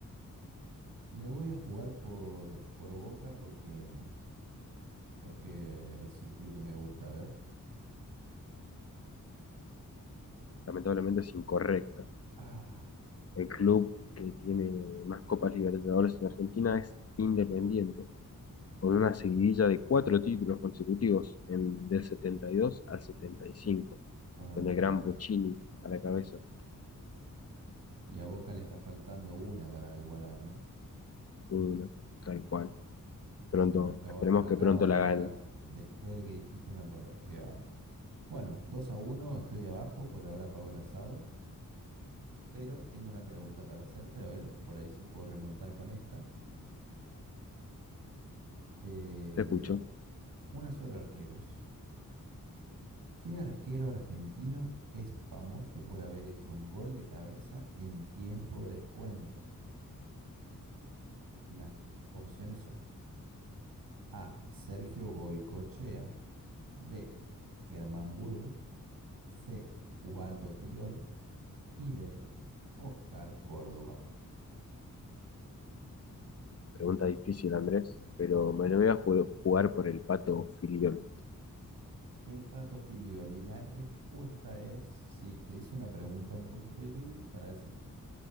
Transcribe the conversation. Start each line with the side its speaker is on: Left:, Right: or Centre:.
Right: me voy a jugar por, por Boca porque, porque es el club que me gusta ver.
Left: Lamentablemente es incorrecta.
Right: Ah,
Left: El club que tiene más Copas Libertadores en Argentina es Independiente, con una seguidilla de cuatro títulos consecutivos en, del 72 al 75,
Right: ah,
Left: con el
Right: qué
Left: gran
Right: lástima.
Left: Bochini a la cabeza.
Right: Y a Boca le está faltando una para igualar, ¿no?
Left: Uno, tal cual. Pronto,
Right: Sí, me acaba,
Left: esperemos
Right: me acabo
Left: que pronto
Right: de acordar.
Left: la gane.
Right: Después de que dijiste, me acordé. Qué bárbaro. Bueno, 2 a uno estoy abajo, por ahora pago el asado. Pero tengo una pregunta para hacerte, a ver, por ahí si puedo remontar con esta. Eh,
Left: Te escucho.
Right: una sola arqueros. ¿Qué arquero argentino es famoso por haber hecho un gol de cabeza en tiempo de descuento? Las opciones son A. Sergio Goicochea. B. Germán Burgos. C. Ubaldo Filiol. Y D. Oscar Córdoba.
Left: Pregunta difícil, Andrés, pero me lo voy a ju- jugar por el Pato Filiol,
Right: El Pato Filiol. Y la respuesta es, sí, te hice una pregunta un poquito difícil para ver si